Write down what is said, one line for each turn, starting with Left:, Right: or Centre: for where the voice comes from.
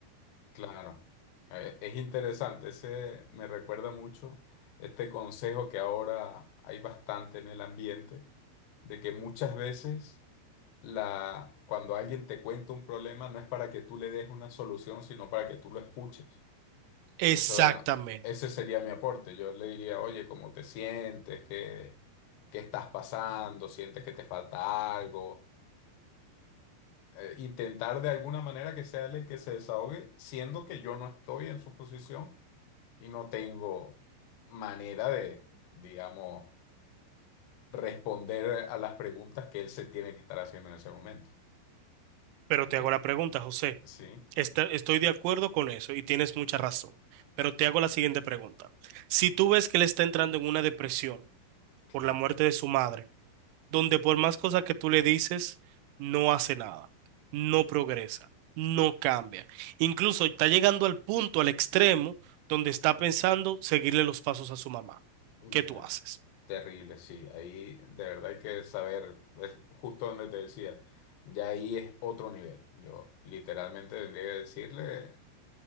Left: claro. Eh, es interesante, ese me recuerda mucho este consejo que ahora hay bastante en el ambiente, de que muchas veces la, cuando alguien te cuenta un problema, no es para que tú le des una solución, sino para que tú lo escuches.
Right: Exactamente.
Left: Entonces, bueno, ese sería mi aporte. Yo le diría, oye, ¿cómo te sientes? ¿Qué, qué estás pasando? ¿Sientes que te falta algo? Eh, intentar de alguna manera que sea él el que se desahogue, siendo que yo no estoy en su posición y no tengo manera de, digamos, responder a las preguntas que él se tiene que estar haciendo en ese momento.
Right: Pero
Left: Hasta-
Right: te hago la pregunta, José.
Left: Sí,
Right: Esta- estoy de acuerdo con eso y tienes mucha
Left: claro,
Right: razón. Pero te hago la siguiente pregunta. Si tú ves que él está entrando en una depresión
Left: claro.
Right: por la muerte de su madre, donde por más cosas que tú le dices, no hace nada, no progresa, no cambia. Incluso está llegando al punto, al extremo, donde está pensando seguirle los pasos a su mamá.
Left: Mm,
Right: ¿Qué tú
Left: Ya.
Right: haces?
Left: Terrible, sí. Ahí de verdad hay que saber, es justo donde te decía, ya ahí es otro nivel. Yo literalmente tendría que decirle